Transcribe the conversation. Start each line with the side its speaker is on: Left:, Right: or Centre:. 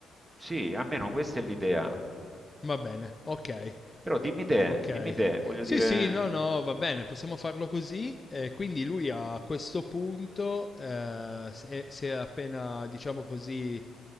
Right: Sì, almeno questa è l'idea.
Left: Va bene, ok.
Right: Però dimmi te,
Left: Ok.
Right: dimmi te, voglio
Left: Sì,
Right: dire...
Left: sì, no, no, va bene, possiamo farlo così. Eh, quindi lui a questo punto eh, si è si è appena, diciamo così,